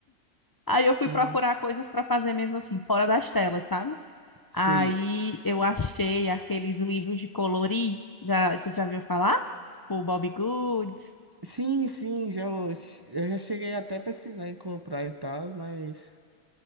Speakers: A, on the left (about 30°); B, on the right (about 30°).
A: Aí eu
B: Sim,
A: fui procurar coisas pra fazer mesmo assim, fora das telas, sabe?
B: sei.
A: Aí eu achei aqueles livros de colorir, já, você já viu falar? Tipo, Bobbie Goods.
B: Sim, sim, já, eu já cheguei até a pesquisar em comprar e tal, mas.